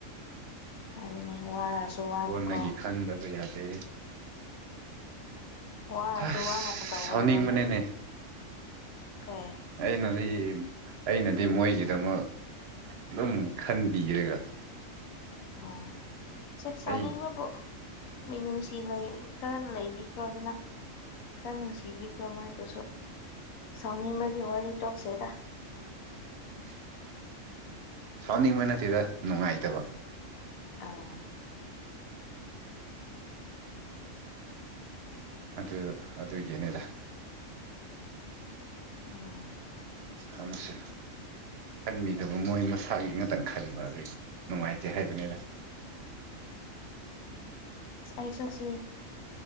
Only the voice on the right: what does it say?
ꯀꯣꯟꯅꯒꯤ ꯈꯪꯗꯕ ꯌꯥꯗꯦ
ꯑꯁ
ꯁꯥꯎꯅꯤꯡꯕꯅꯤꯅꯦ
ꯑꯩꯅꯗꯤ ꯑꯩꯅꯗꯤ ꯃꯣꯏꯒꯤꯗꯃꯛ ꯑꯗꯨꯝ ꯈꯟꯕꯤꯔꯒ
ꯑꯩ
<inaudible> ꯁꯥꯎꯅꯤꯡꯕ ꯅꯠꯇꯦꯗ ꯅꯨꯡꯉꯥꯏꯇꯕ
ꯑꯗꯨ ꯑꯗꯨꯒꯤꯅꯦꯗ
ꯑꯃꯁꯦ ꯈꯟꯕꯤꯗꯕ ꯃꯣꯏ ꯃꯁꯥꯒꯤ ꯉꯥꯛꯇꯪ ꯈꯟꯕ ꯑꯗꯨꯏ ꯅꯨꯡꯉꯥꯏꯇꯦ ꯍꯥꯏꯕꯅꯤꯗ